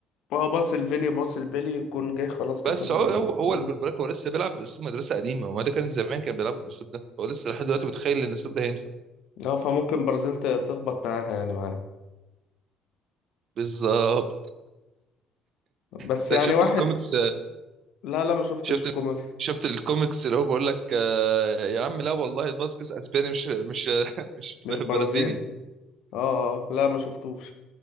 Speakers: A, on the left; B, on the right.
A: هو باص الفيني باص البيلي يكون جاي خلاص
B: بس
A: كسبنا
B: هو
A: اللو
B: هو
A: مم.
B: هو بالبركه هو لسه بيلعب باسلوب مدرسه قديمه هو ده كان زمان كان بيلعب بالاسلوب ده هو لسه لحد دلوقتي متخيل ان الاسلوب ده هينفع
A: اه فممكن برازيل ت- تخبط معاها يعني معاها
B: بالظبط
A: بس
B: انت
A: يعني
B: شفت
A: واحد
B: الكوميكس
A: لا لا ما شفتش
B: شفت
A: الكوميك
B: شفت الكوميكس اللي هو بيقول لك آه، يا عم لا والله فاسكس اسباني مش مش <laughs> مش
A: مش
B: برازيلي
A: برازيل اه آه، اه. لا ما شفتوش